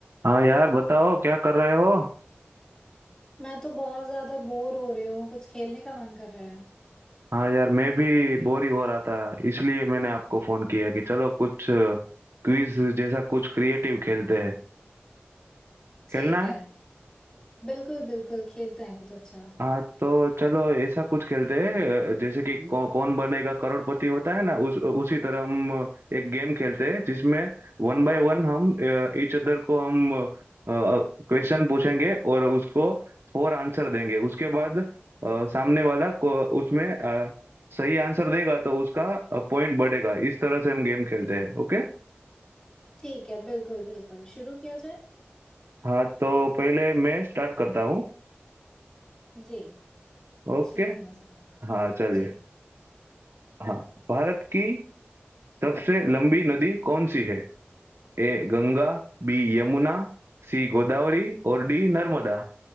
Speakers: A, on the right; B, on the left.
A: हाँ यार बताओ क्या कर रहे हो
B: मैं तो बहुत ज्यादा बोर हो रही हूँ कुछ खेलने का मन कर रहा है
A: हाँ यार मैं भी बोर ही हो रहा था इसलिए मैंने आपको फोन किया कि चलो कुछ क्विज जैसा कुछ क्रिएटिव खेलते हैं
B: ठीक
A: खेलना है
B: है बिल्कुल बिल्कुल खेलते हैं कुछ अच्छा
A: हाँ तो चलो ऐसा कुछ खेलते हैं अ, जैसे कि कौ, कौन बनेगा करोड़पति होता है ना उस उसी तरह हम एक गेम खेलते हैं जिसमें वन बाय वन हम ईच अदर को हम क्वेश्चन पूछेंगे और उसको फोर आंसर देंगे उसके बाद अ, सामने वाला को उसमें अ, सही आंसर देगा तो उसका पॉइंट बढ़ेगा इस तरह से हम गेम खेलते हैं ओके
B: ठीक है बिल्कुल बिल्कुल शुरू किया जाए
A: हाँ तो पहले मैं स्टार्ट करता हूँ
B: जी पूछिए
A: ओके
B: अपना सवाल
A: हाँ चलिए
B: जी
A: हाँ भारत की सबसे लंबी नदी कौन सी है A Ganga B Yamuna C Godavari और डी नर्मदा